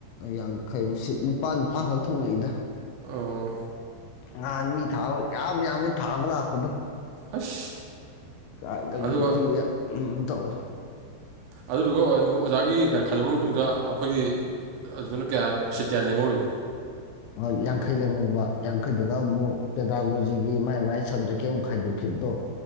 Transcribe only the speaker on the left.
ꯌꯥꯡꯈꯩꯃꯨꯛ ꯁꯤꯠ ꯅꯤꯄꯥꯜ ꯅꯤꯄꯥꯟꯈꯛ ꯊꯨꯡꯉꯛꯏꯗ
ꯅꯍꯥꯟ ꯃꯤ ꯊꯥꯑꯣ ꯌꯥꯝ ꯌꯥꯝꯅ ꯊꯥꯕ ꯂꯥꯛꯄꯗꯣ
ꯀꯥꯏꯗꯪ
ꯈꯨ ꯎꯝ ꯇꯧ
ꯣꯏ ꯌꯥꯡꯈꯩ ꯂꯩꯃꯨ ꯌꯥꯡꯈꯩꯗꯨꯗ ꯑꯃꯨꯛ ꯄꯦꯗꯥꯒꯣꯖꯤꯒꯤ ꯃꯥꯏ ꯃꯥꯏ ꯁꯕꯖꯦꯛꯀꯤ ꯑꯃꯨꯛ ꯈꯥꯏꯗꯣꯛꯈꯤꯕꯗꯣ